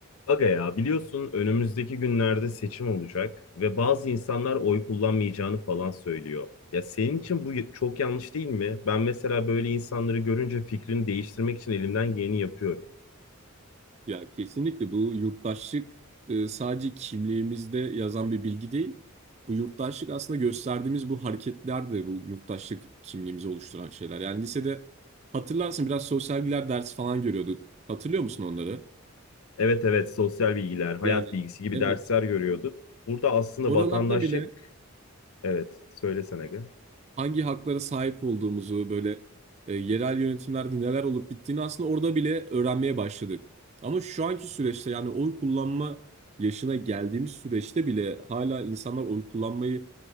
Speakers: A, on the left; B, on the right.
A: Aga ya biliyorsun önümüzdeki günlerde seçim olacak ve bazı insanlar oy kullanmayacağını falan söylüyor. Ya senin için bu çok yanlış değil mi? Ben mesela böyle insanları görünce fikrini değiştirmek için elimden geleni yapıyorum.
B: Ya kesinlikle bu yurttaşlık e, sadece kimliğimizde yazan bir bilgi değil. Bu yurttaşlık aslında gösterdiğimiz bu hareketler de bu yurttaşlık kimliğimizi oluşturan şeyler. Yani lisede hatırlarsın biraz sosyal bilgiler dersi falan görüyorduk. Hatırlıyor musun onları?
A: Evet evet sosyal bilgiler, hayat
B: Yani
A: bilgisi gibi
B: evet.
A: dersler görüyorduk. Burada aslında
B: Oralarda
A: vatandaşlık,
B: bile
A: evet söylesene Aga.
B: hangi haklara sahip olduğumuzu böyle e, yerel yönetimlerde neler olup bittiğini aslında orada bile öğrenmeye başladık. Ama şu anki süreçte yani oy kullanma yaşına geldiğimiz süreçte bile hala insanlar oy kullanmayı